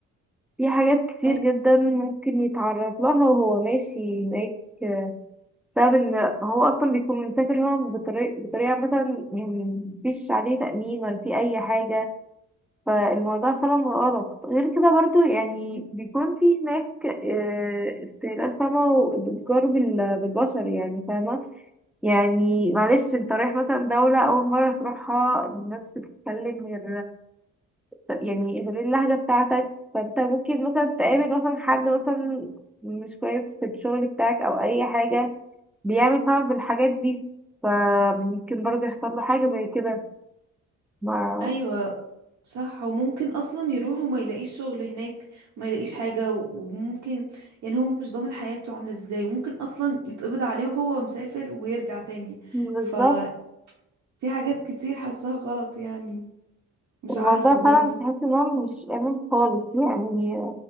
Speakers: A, in the centre; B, on the right.
A: في حاجات كتير
B: أي-
A: جدا ممكن يتعرض لها وهو ماشي هناك آه، بسبب ان هو اصلا بيكون مسافر هنا بطريقة بطريقة مثلا يعني مفيش عليه تأمين ولا في اي حاجة فالموضوع فعلا غلط غير كده برضو يعني بيكون في هناك آه، استهلاك فاهمة وبتجار بال- بالبشر يعني فاهمة يعني معلش انت رايح مثلا دولة أول مرة تروحها الناس بتتكلم غير يعني غير اللهجة بتاعتك فانت ممكن مثلا تقابل مثلا حد مثلا مش كويس في الشغل بتاعك أو أي حاجة بيعمل فعلا في الحاجات دي فممكن برضه يحصل له حاجة زي كده ما
B: ايوه صح وممكن اصلا يروح وما يلاقيش شغل هناك وما يلاقيش حاجة وممكن يعني هو مش ضامن حياته عاملة ازاي وممكن اصلا يتقبض عليه وهو مسافر ويرجع تاني
A: بالظبط
B: ففي حاجات كتير حاساها غلط يعني مش
A: الموضوع
B: عارفة
A: فعلا
B: برضو
A: تحس ان هو مش آمن خالص يعني